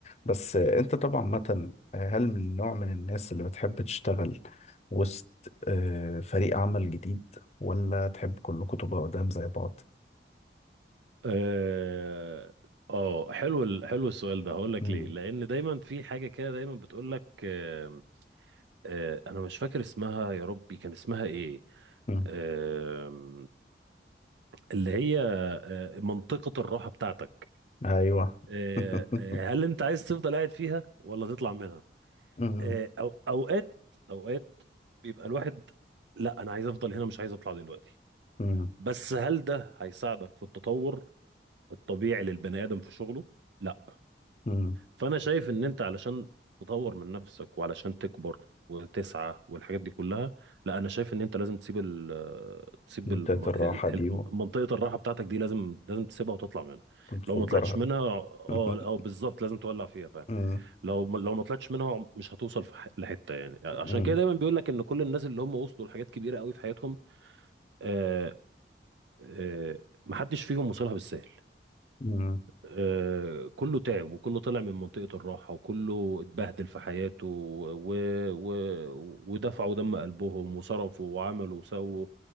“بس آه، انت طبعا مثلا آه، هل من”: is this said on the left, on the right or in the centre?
Left